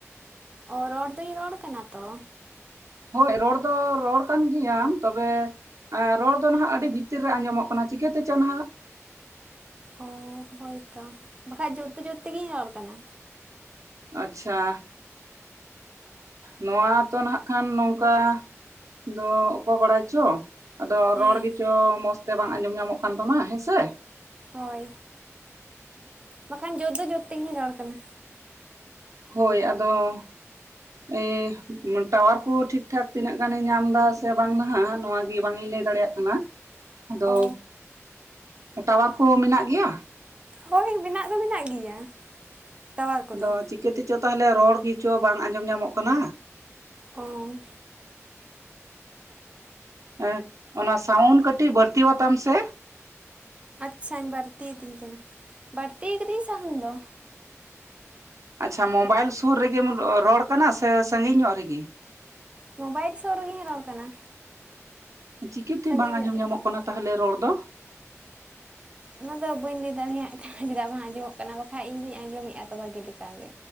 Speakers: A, on the right; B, on the right.
A: ᱚᱻ ᱨᱚᱲ ᱫᱚᱧ ᱨᱚᱲ ᱠᱟᱱᱟ ᱛᱚ
B: ᱦᱳᱭ ᱨᱚᱲ ᱫᱚ ᱨᱚᱲ ᱠᱟᱱ ᱜᱮᱭᱟᱢ ᱛᱚᱵᱮ ᱟᱻᱨᱚᱲ ᱫᱚ ᱱᱟᱦᱟᱜ ᱟᱹᱰᱤ ᱵᱷᱤᱛᱤᱨ ᱨᱮ ᱟᱸᱡᱚᱢᱚᱜ ᱠᱟᱱᱟ ᱪᱤᱠᱟᱹᱛᱮᱪᱚᱝ ᱱᱟᱦᱟᱜ
A: ᱚᱻ ᱦᱳᱭ ᱛᱚ ᱵᱟᱠᱷᱟᱡ ᱡᱳᱨᱛᱮ ᱡᱳᱨᱛᱮ ᱛᱮᱜᱤᱧ ᱨᱚᱲ ᱠᱟᱱᱟ
B: ᱟᱪᱪᱷᱟ ᱱᱚᱣᱟ ᱛᱚ ᱱᱟᱦᱟᱜ ᱠᱷᱟᱱ ᱱᱚᱝᱠᱟ ᱫᱚ ᱚᱠᱚᱭ ᱵᱟᱲᱟᱭ ᱪᱚ ᱟᱫᱚ
A: ᱦᱮᱸ
B: ᱨᱚᱲ ᱜᱮᱪᱚ ᱢᱚᱸᱡᱽ ᱛᱮ ᱵᱟᱝ ᱟᱸᱡᱚᱢ ᱧᱟᱢᱚᱜ ᱠᱟᱱ ᱛᱟᱢᱟ ᱦᱮᱸᱥᱮ
A: ᱦᱳᱭ ᱵᱟᱠᱷᱟᱱ ᱡᱳᱨ ᱫᱚ ᱡᱳᱨ ᱛᱮᱜᱮᱧ ᱨᱚᱲ ᱠᱟᱱᱟ
B: ᱦᱳᱭ ᱟᱫᱚ ᱮ ᱴᱟᱣᱟᱨ ᱠᱩ ᱴᱷᱤᱠ ᱴᱷᱟᱠ ᱛᱤᱱᱟᱹᱜ ᱜᱟᱱᱮ ᱧᱟᱢ ᱮᱫᱟ ᱥᱮ ᱵᱟᱝ ᱱᱟᱦᱟᱜ ᱱᱚᱣᱟ ᱜᱤ ᱵᱟᱝ ᱤᱧ ᱞᱟᱹᱭ ᱫᱟᱲᱮᱭᱟᱜ ᱠᱟᱱᱟ ᱟᱫᱚ
A: ᱚ
B: ᱴᱟᱣᱟᱨ ᱠᱚ ᱢᱮᱱᱟᱜ ᱜᱮᱭᱟ
A: ᱦᱳᱭ ᱢᱮᱱᱟᱜ ᱫᱚ ᱢᱮᱱᱟᱜ ᱜᱮᱭᱟ ᱴᱟᱣᱟᱨ ᱠᱚᱫᱚ
B: ᱟᱫᱚ ᱪᱤᱠᱟᱹᱛᱮᱪᱚ ᱛᱟᱦᱚᱞᱮ ᱨᱚᱲ ᱜᱮᱪᱚ ᱵᱟᱝ ᱟᱸᱡᱚᱢ ᱧᱟᱢᱚᱜ ᱠᱟᱱᱟ
A: ᱚᱸ
B: ᱮᱸ ᱚᱱᱟ ᱥᱟᱹᱩᱱ ᱠᱟᱹᱴᱤᱡ ᱵᱟᱹᱲᱛᱤᱣᱟᱛᱟᱢ ᱥᱮ
A: ᱟᱪᱪᱷᱟᱧ ᱵᱟᱹᱲᱛᱤᱭᱟᱹᱛᱤᱧ ᱠᱟᱱᱟ ᱵᱟᱹᱲᱛᱤ ᱠᱟᱫᱤᱧ ᱥᱟᱦᱩᱱ ᱫᱚ
B: ᱟᱪᱪᱷᱟ ᱢᱳᱵᱟᱭᱤᱞ ᱥᱩᱨ ᱨᱮᱜᱮᱢ ᱨᱚᱲ ᱠᱟᱱᱟ ᱥᱮ ᱥᱟᱺᱜᱤᱧ ᱧᱚᱜ ᱨᱮᱜᱤ
A: ᱢᱳᱵᱟᱭᱤᱞ ᱥᱩᱨ ᱨᱮᱜᱤᱧ ᱨᱚᱲ ᱠᱟᱱᱟ
B: ᱪᱤᱠᱟᱹᱛᱮ
A: ᱥᱟᱺᱜᱤᱧ
B: ᱵᱟᱝ ᱟᱸᱡᱚᱢ
A: ᱧᱚᱜ ᱨᱮᱛᱟᱢᱟ
B: ᱧᱟᱢᱚᱜ ᱠᱟᱱᱟ ᱛᱟᱦᱚᱞᱮ ᱨᱚᱲ ᱫᱚ
A: ᱚᱱᱟᱫᱚ ᱵᱟᱹᱧ ᱞᱟᱹᱭ ᱫᱟᱲᱮᱭᱟᱜ ᱠᱟᱱᱟ ᱪᱮᱫᱟᱜ ᱵᱟᱝ ᱟᱸᱡᱚᱢᱚᱜ ᱠᱟᱱᱟ ᱵᱟᱠᱷᱟᱡ ᱤᱧ ᱫᱩᱧ ᱟᱸᱡᱚᱢᱮᱫᱼᱟ ᱛᱚ ᱵᱷᱟᱜᱮ ᱞᱮᱠᱟ ᱜᱮ